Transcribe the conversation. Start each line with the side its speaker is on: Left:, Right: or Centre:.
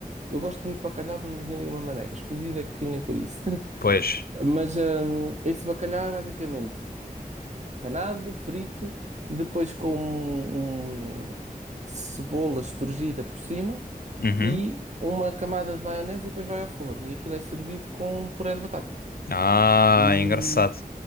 Right: Eu gosto muito de bacalhau de mil e uma maneiras, cozido é que nem por isso.
Left: Pois.
Right: <laughs> Mas hum, esse bacalhau é basicamente panado, frito, depois com um, um- cebola esturgida por cima
Left: Uhum.
Right: e uma camada de maionese e depois vai ao forno. E aquilo é servido com um puré de batata.
Left: Ah,
Right: E
Left: engraçado.